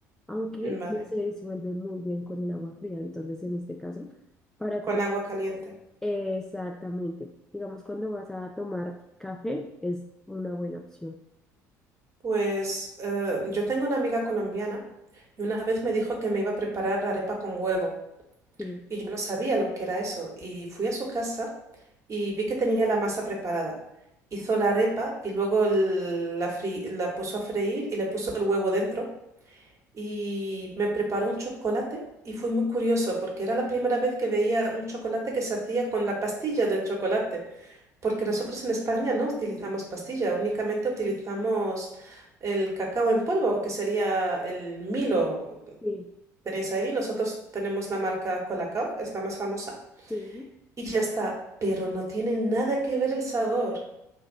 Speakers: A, in the centre; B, on the right.
A: aunque
B: Vale,
A: no se disuelve muy bien con el agua fría. Entonces, en este caso, para
B: con
A: cuando...
B: agua caliente.
A: Exactamente. Digamos, cuando vas a tomar café, es una buena opción.
B: Pues eh, yo tengo una amiga colombiana y una vez me dijo que me iba a preparar arepa con huevo
A: Sí,
B: y yo no sabía lo que era eso. Y fui a su casa y vi que tenía la masa preparada. Hizo la arepa y luego el- la, fri- la puso a freír y le puso el huevo dentro. y me preparó un chocolate y fue muy curioso porque era la primera vez que veía un chocolate que se hacía con la pastilla del chocolate, porque nosotros en España no utilizamos pastilla, únicamente utilizamos el cacao en polvo, que sería el Milo.
A: sí,
B: Tenéis ahí, nosotros tenemos la marca Colacao, es la más famosa,
A: sí.
B: y ya está, pero no tiene nada que ver el sabor.